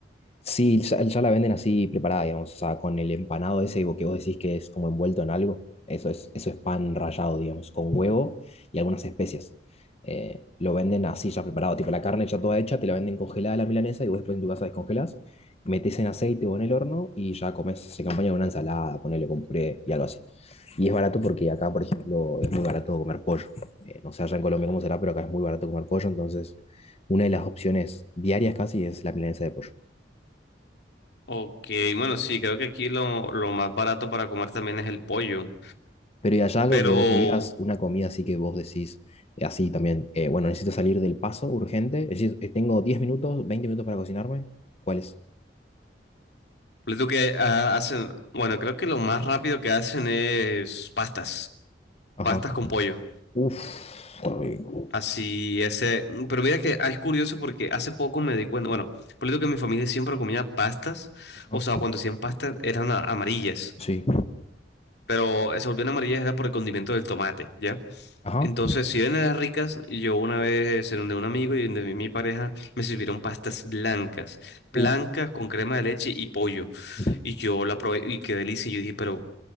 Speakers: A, on the left (about 35°); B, on the left (about 65°).
A: Sí, ya, ya la venden así preparada, digamos, o sea, con el empanado ese que vos decís que es como envuelto en algo. Eso es, eso es pan rallado, digamos, con huevo y algunas especias. Eh, lo venden así ya preparado, tipo la carne ya toda hecha, te la venden congelada la milanesa y vos después en tu casa descongelás, metés en aceite o en el horno y ya comes, se acompaña con una ensalada, ponele con puré y algo así. Y es barato porque acá, por ejemplo, es muy barato comer pollo. Eh, no sé allá en Colombia cómo será, pero acá es muy barato comer pollo, entonces una de las opciones diarias casi es la milanesa de pollo.
B: Ok, bueno, sí, creo que aquí lo, lo más barato para comer también es el pollo.
A: Pero ¿y allá algo
B: Pero,
A: que vos digas, una comida así que vos decís, eh, así también, eh, bueno, necesito salir del paso urgente, es decir, eh, tengo 10 minutos, 20 minutos para cocinarme? ¿Cuál es?
B: les digo que ah, hacen, bueno, creo que lo más rápido que hacen es pastas,
A: Ajá.
B: pastas con pollo.
A: Uf, qué rico.
B: Así, ese. mm, Pero mira que ah, es curioso porque hace poco me di cuenta. Bueno, por lo que mi familia siempre comía pastas.
A: Ajá.
B: O sea, cuando hacían pastas eran a- amarillas.
A: Sí.
B: Pero se volvían amarillas era por el condimento del tomate, ¿ya?
A: Ajá.
B: Entonces, si bien eran ricas, yo una vez en donde un amigo y donde mi mi pareja me sirvieron pastas blancas. Blancas
A: Uh,
B: con crema de leche y pollo.
A: ujú.
B: Y yo la probé y qué delicia. Y yo dije, pero